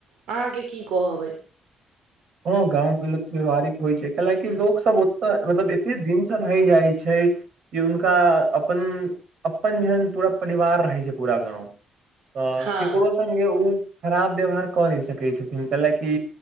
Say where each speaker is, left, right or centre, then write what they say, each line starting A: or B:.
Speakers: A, on the right; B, on the right.
A: अहाँके की कहब अइ।
B: हाँ गाँंवके लोक व्यावहारिक होइ छैय <unintelligible> की लोक सब ओते मतलब एते दिन से रहय जाइ छैय कि हुनका अपन-अपन जेहन पूरा परिवार रहय छैय पूरा गाँव। तऽ
A: हँ
B: ककरो संगे उ खराब व्यवहार कऽ नय सकै छथिन तेंलकि